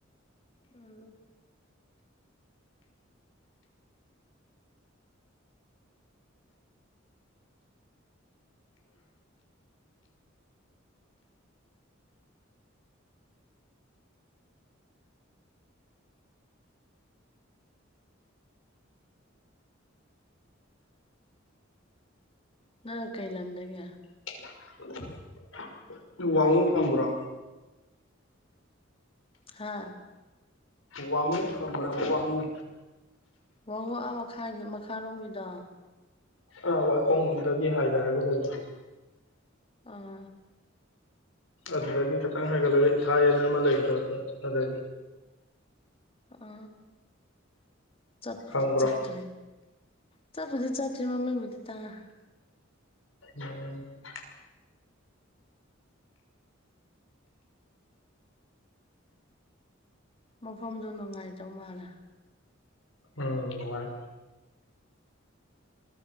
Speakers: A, on the left (about 30°); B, on the left (about 85°).
A: ꯎꯝꯝ ꯅꯪꯅ ꯀꯩ ꯂꯝꯗꯒꯤ
B: <inaudible> ꯋꯥꯡꯉꯨ ꯈꯪꯕ꯭ꯔꯣ
A: ꯍꯥꯥ
B: ꯋꯥꯡꯉꯨ ꯈꯪꯕ꯭ꯔꯕ ꯋꯥꯡꯉꯨ
A: ꯋꯥꯡꯉꯨ ꯑ ꯃꯈꯥꯒꯤ ꯃꯈꯥꯔꯣꯝꯒꯤꯗꯣ
B: ꯑꯥ ꯋꯥꯏꯈꯣꯡ ꯂꯣꯝꯗꯒꯤ ꯍꯥꯏꯗꯔꯒ ꯂꯩꯕꯗꯣ
A: ꯑ
B: ꯑꯗꯨꯗꯒꯤ ꯈꯤꯇꯪ ꯍꯥꯏꯒꯠꯂꯒ ꯏꯊꯥꯏ ꯍꯥꯏꯅ ꯑꯃ ꯂꯩꯕꯗꯣ ꯑꯗꯒꯤ
A: ꯑ ꯆꯠꯄꯗꯤ
B: ꯈꯪꯕ꯭ꯔꯣ
A: ꯆꯠꯇ꯭ꯔꯤ ꯆꯠꯄꯨꯗꯤ ꯆꯠꯇ꯭ꯔꯤ ꯃꯃꯤꯡꯕꯨꯗꯤ ꯇꯥꯔꯦ
B: ꯑꯣ
A: ꯃꯐꯝꯗꯣ ꯅꯨꯡꯉꯥꯏꯗꯧ ꯃꯥꯜꯂꯦ
B: ꯎꯝ ꯅꯨꯡꯉꯥꯏ